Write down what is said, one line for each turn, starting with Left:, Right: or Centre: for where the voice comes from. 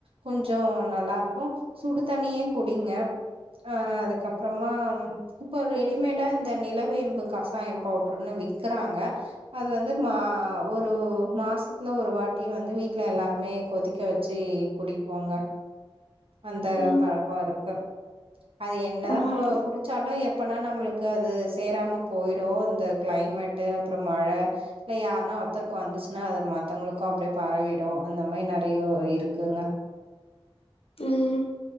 Right: கொஞ்ஞோ நல்லா இருக்கு சுடு தனியே குடிங்க அஹ அதுக்கப்புறமா இப்ப ரெடிமேடா இந்த நிலவேம்பு கசாயம் பவுடருன்னு விறக்கிறாங்க அது வந்து மா ஒரு மாசத்துல ஒரு வாட் ட்டி வந்து வீட்ல எல்லாருமே கொதிக்க வெச்சி குடிப்போங்க அந்த
Left: ம்
Right: பழக்கோ இருக்கு அது ஏன் என்னதா
Left: பரவால்ல
Right: போ குடிச்சாலு எப் அப்பனா நம்முளுக்கு அது சேராம போயிடு இந்த கிளைமேட்டு அப்புறம் மழ இல்ல யாருன்னா ஒத்தருக்கு வந்துச்சுன்னா அத மத்தவுங்களுக்கு அப்டியே பரவிடும் அந்த மாரி நெறியோ இருக்குங்க
Left: ம்